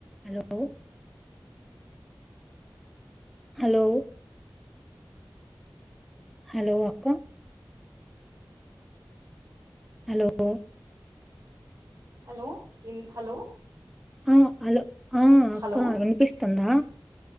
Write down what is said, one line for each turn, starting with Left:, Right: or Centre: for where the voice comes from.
Centre: హలో హలో హలో అక్క హలో
Right: హలో ఇన్ హలో
Centre: ఆ హలో ఆ
Right: హలో
Centre: అక్క వినిపిస్తుందా